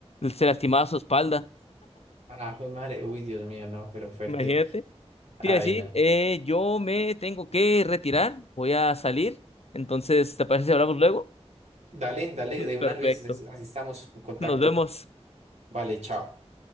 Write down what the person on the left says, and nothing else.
Se lastimaba su espalda.
Imagínate.
Te iba a decir,
eh, yo me tengo que retirar, voy a salir. Entonces, ¿te parece si hablamos luego?
Perfecto.
Nos vemos.